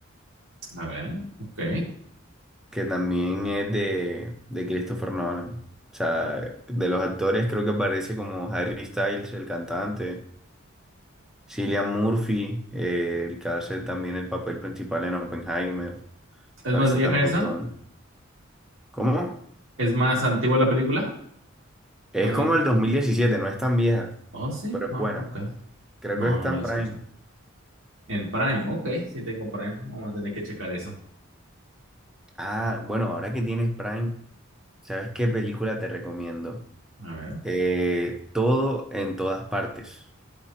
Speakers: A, on the right; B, in the centre.
A: A ver, ok.
B: que también es de, de Christopher Nolan. O sea, de los actores creo que aparece como Harry Styles, el cantante, Cillian Murphy, eh, el que hace también el papel principal en Oppenheimer.
A: ¿Es
B: Parece
A: más vieja
B: también
A: esa?
B: Tom. ¿Cómo?
A: ¿Es más antigua la película?
B: Es
A: ¿Más
B: como
A: viejita?
B: el dos mil diecisiete no es tan vieja,
A: Oh, sí.
B: pero es
A: Ah,
B: buena.
A: ok.
B: Creo
A: No,
B: que está
A: no la
B: en
A: escuchado.
B: Prime.
A: En Prime, ok. Sí tengo Prime. Vamos a tener que checar eso.
B: Ah, bueno, ahora que tienes Prime, ¿sabes qué película te recomiendo?
A: A ver.
B: Eh, todo en todas partes.